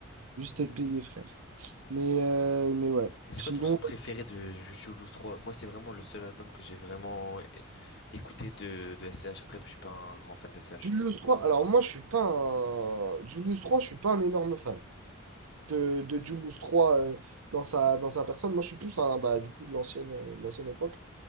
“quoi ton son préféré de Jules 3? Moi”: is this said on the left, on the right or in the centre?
Left